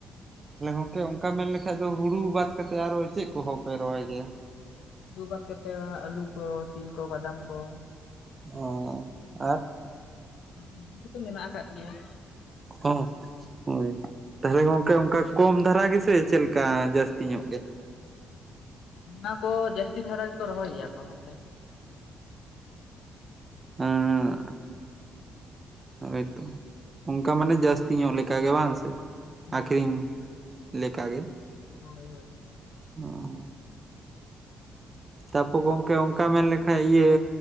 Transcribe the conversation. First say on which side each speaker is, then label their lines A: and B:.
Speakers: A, on the right; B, on the left.
A: ᱛᱟᱦᱮ ᱜᱚᱝᱠᱮ ᱚᱱᱠᱟ ᱢᱮᱱ ᱞᱮᱠᱷᱟᱡ ᱫᱚ ᱦᱩᱲᱩ ᱵᱟᱫ ᱠᱟᱛᱮᱜ ᱟᱨᱚ ᱪᱮᱜ ᱠᱚᱦᱚᱸ ᱯᱮ ᱨᱚᱦᱚᱭ ᱜᱮᱭᱟ?
B: ᱦᱩᱲᱩ ᱵᱟᱫ ᱠᱟᱛᱮᱜ ᱟᱦᱟᱜ ᱟᱹᱞᱩ ᱠᱚ, ᱛᱤᱞ ᱠᱚ, ᱵᱟᱫᱟᱢ ᱠᱚ
A: ᱚ ᱟᱨ᱾
B: ᱟᱨ ᱥᱚᱵᱡᱤ ᱠᱚᱛᱚ ᱢᱮᱱᱟᱜ ᱟᱠᱟᱫ ᱜᱮᱭᱟ᱾
A: ᱚ ᱦᱚᱸ ᱦᱳᱭ᱾ ᱛᱟᱦᱚᱞᱮ ᱜᱚᱝᱠᱮ ᱚᱱᱠᱟ ᱠᱚᱢ ᱫᱷᱟᱨᱟ ᱜᱮᱥᱮ ᱪᱮᱜ ᱞᱮᱠᱟ ᱡᱟᱹᱥᱛᱤ ᱧᱚᱜ ᱜᱮ?
B: ᱚᱱᱟ ᱠᱚ ᱡᱟᱥᱛᱤ ᱫᱷᱟᱨᱟ ᱜᱮᱠᱚ ᱨᱚᱦᱚᱭ ᱜᱮᱭᱟ ᱠᱚ ᱱᱚᱛᱮ᱾
A: ᱦᱩᱸ᱾ ᱦᱳᱭᱛᱚ ᱚᱱᱠᱟ ᱢᱟᱱᱮ ᱡᱟᱹᱥᱛᱤ ᱧᱚᱜ ᱞᱮᱠᱟ ᱜᱮ ᱵᱟᱝ ᱥᱮ?
B: ᱦᱩᱸ
A: ᱟᱠᱷᱨᱤᱧ ᱞᱮᱠᱟ ᱜᱮ᱾
B: ᱦᱳᱭ ᱦᱳᱭ᱾
A: ᱦᱩᱸ᱾ ᱛᱟᱯᱚᱨ ᱜᱚᱢᱠᱮ ᱚᱱᱠᱟ ᱢᱮᱱ ᱞᱮᱠᱷᱟᱡ ᱤᱭᱟᱹ